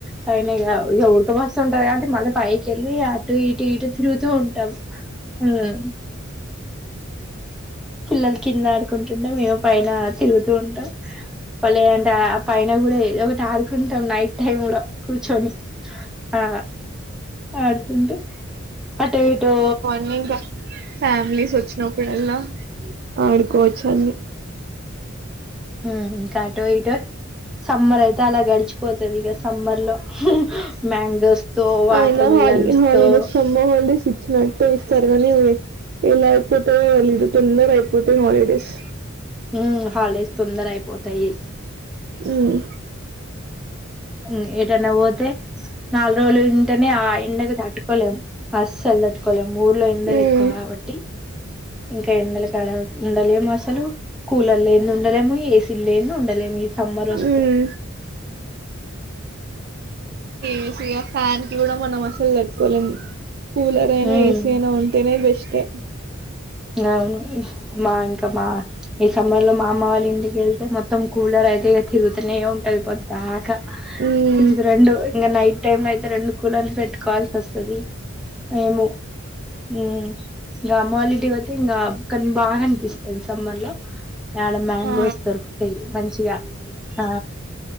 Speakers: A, in the centre; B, on the right.
A: పైనిగా ఇగ ఉడక పోస్టుంటదిగా. మళ్ళీ పైకేళ్ళి అటు ఇటు ఇటు తిరుగుతూ ఉంటాం. ఉమ్ పిల్లాల్ కిందడుకు కుంటుంటే. మేము పైన తిరుగుతూ ఉంటాం. మల్లే ఏ అంటే ఆ పైన గూడా ఏదో ఒకటి ఆరుకుంటాం. నైట్ టైం లో కూర్చొని ఆ ఆడుకుంటు అటో ఇటో
B: నింకా ఫ్యామిలీస్ వచ్చినప్పుడల్లా, ఆడుకోవచ్చు అన్ని.
A: ఉమ్ ఇంకా అటో ఇటో సమ్మర్ అయితే అలాగ్ గడిచిపోతదిగా. సమ్మర్ లో మ్యాంగోస్ తో వాటర్
B: ఆయన
A: మిలన్స్
B: హాల్ హాలిడేస్
A: తో
B: సమ్మర్ హాల్డేస్ ఇచ్చినట్టటు ఇస్తారు. గాని ఎలా అయిపోతదో తెలీదు తొందర అయిపోతయి. హాలీడేస్
A: ఉహ్మ్ హాల్డేస్ తొందర అయిపోతాయి
B: ఉహ్మ్
A: మ్మ్ ఏటైనా పోతే నాలుగు రోజులు ఉంటేనే. ఆ ఎండకు తట్టుకోలేం, అస్సలు తట్టుకోలేం. ముర్లో ఎండలు
B: ఉమ్
A: ఎక్కువ కాబట్టి. ఇంకా ఎండలకాడ ఉండలేమాసలు. కాలర్లేంది ఉండదేమో మీ ఏస్ లేన్ది ఉండలేం ఈ సమ్మర్ వస్తే.
B: ఉమ్ ఏసి యొ ఫ్యాన్ కి గూడా మనము అసలు తట్టుకోలేము కూలరైనా
A: ఉమ్,
B: ఏసీ అయినా ఉంటేనే బెస్టే
A: గవును మా మా ఈ సమ్మర్ లో మా అమ్మ వాళ్ళ ఇంటికి వెళ్తే మొత్తం కూలర్ అయితే ఇ తిరుగుతానే ఉంటది పొద్ ద్దాకా
B: ఉమ్
A: తిరుగదురండు ఇంకా నైట్ టైమ్ అయి త్తే రెండు కూలర్లు పెట్టుకోవాల్సి వస్తది మేము ఉ ఇంగ అమ్మ వాళ్ళ ఇంటికి పొ తే ఇంగ కానీ బాగా అనిపిస్తది సమ్మర్ లో ఆడ మ్యాంగోస్
B: ఆ
A: దొరుకుతాయి. మంచిగా ఆ